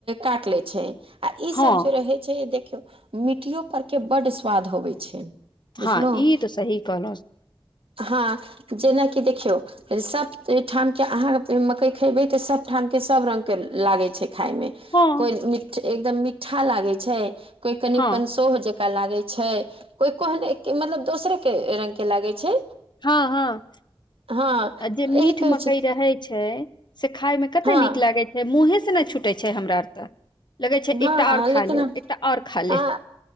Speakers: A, on the right; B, on the left.
A: काटि लैत छै। इ
B: हँ
A: सभ जे रहे छै देखियौ मिट्टियो पर के बड्ड स्वाद होबे छै। बुझलहुँ
B: हँ ई त सही कहलुस
A: हँ जेनाकि देखियौ सब ठाम के अहाँ मकई खेबै त सब ठाम के सब रंग के लागे छै खाइ मे
B: हँ
A: कोइ मिठ एकदम मिठा लागे छै कोइ कनि
B: हँ
A: पंसोह जैक ताई लागे छै कोइ कोने मतलब दोसरे के रंग के लागे छै
B: हँ हँ
A: हँ
B: आ जे मीट
A: इह कहै
B: मकई
A: छी कि
B: रहे छै। से खाइ मे कतेक
A: हँ
B: नीक लागैत छै मुँहे सँ नहि छूटैत छै हमरा एतय लगै छै
A: हँ
B: एकटा
A: हँ
B: आओर खा
A: लेकिन
B: लेब
A: हम
B: एकटा आओर खा
A: आ
B: लेब